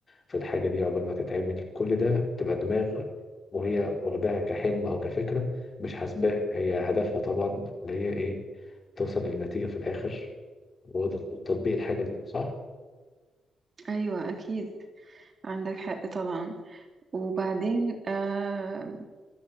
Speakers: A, on the left; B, on the right.
A: في الحاجة دي عقبال ما تتعمل كل ده بتبقى دماغ وهي واخداها كحلم او كفكرة مش حاسباها هي هدفها طبعا اللي هي ايه توصل للنتيجة في الآخر وتطبيق الحاجة دي صح؟
B: أيوة أكيد عندك حق طبعا وبعدين آه